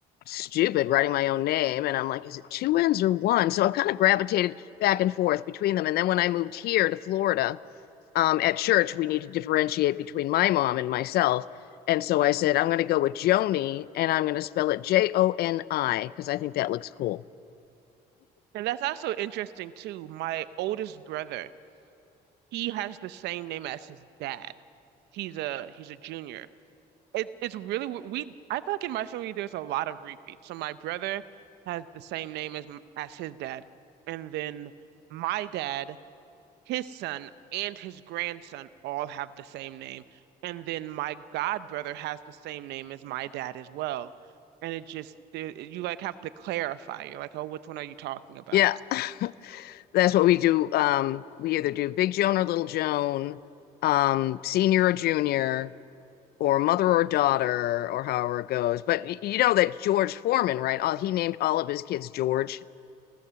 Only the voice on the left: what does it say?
stupid writing my own name. And I'm like, is it two N's or one? So I've kind of gravitated back and forth between them. And then when I moved here to Florida, um, at church, we need to differentiate between my mom and myself. And so I said, I'm going to go with Joni and I'm going to spell it J O N I because I think that looks cool.
Yeah, <laughs> that's what we do. Um, we either do Big Joan or Little Joan, um, senior or junior, or mother or daughter, or however it goes. But you know that George Foreman, right? All, he named all of his kids George.